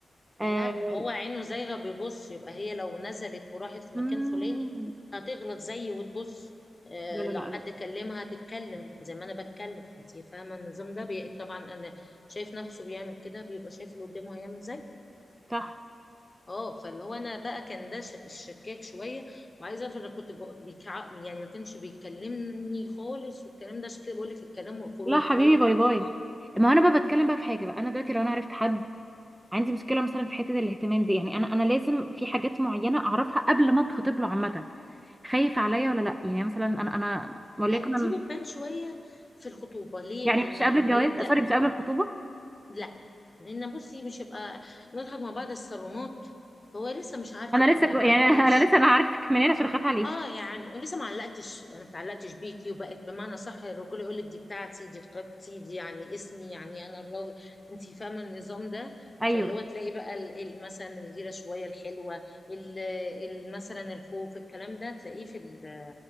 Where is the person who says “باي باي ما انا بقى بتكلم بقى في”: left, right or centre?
Right